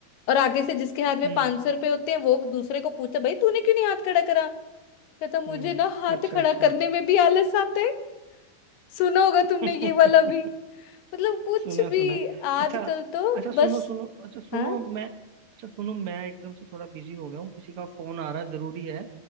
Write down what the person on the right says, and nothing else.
हम्म
हम्म
अच्छा
अच्छा
<laughs>
सुना है,
सुना है।
अच्छा
अच्छा सुनो
सुनो अच्छा सुनो
मैं अच्छा सुनो मैं एकदम से थोड़ा बिजी हो गया हूँ किसी का फोन आ रहा है जरूरी है